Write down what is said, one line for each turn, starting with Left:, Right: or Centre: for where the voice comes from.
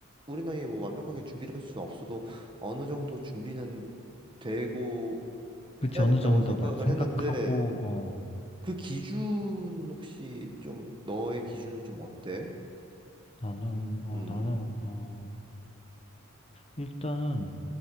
Right: 우리 나이에 뭐 완벽하게 준비를 할 수는 없어도 어느 정도 준비는 되고
Left: 그치,
Right: 해야
Left: 어느
Right: 된다고
Left: 정도
Right: 생각을
Left: 막 생각하고,
Right: 했는데,
Left: 어,
Right: 그 기준 혹시 좀 너의 기준은 좀 어때?
Left: 나는, 어,
Right: 음,
Left: 나는, 어, 일단은